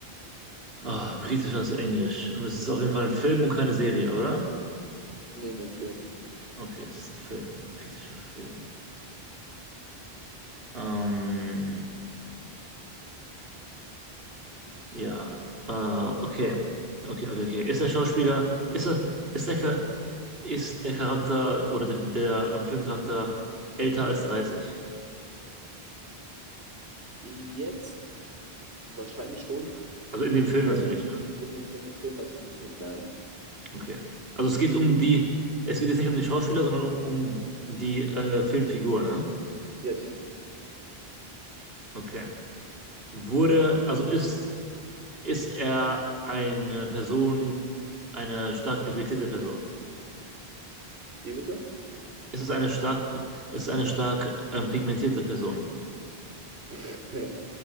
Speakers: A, on the right; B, on the right.
A: Ah, britisch als Englisch. Und es ist auf jeden Fall ein Film und keine Serie, oder?
B: Nee, nee, Film.
A: Okay, es ist ein Film, ein britischer Film. Ähm, ja, äh, okay. Okay, okay, okay. Ist der Schauspieler, ist er, ist der, Cha- ist der Charakter oder der, der ähm, Filmcharakter älter als 30?
B: Jetzt Wahrscheinlich schon.
A: Also in dem Film
B: Äh,
A: natürlich, ne?
B: in den, in den Film natürlich nicht, nein.
A: Okay. Also es geht um die, es geht jetzt nicht um den Schauspieler, sondern um, um die äh, Filmfigur, ne?
B: Ja, die,
A: Okay. Wurde, also ist, ist er eine Person, eine stark pigmentierte Person?
B: wie bitte?
A: Ist es eine stark, ist es eine stark ähm, pigmentierte Person?
B: <laughs> äh,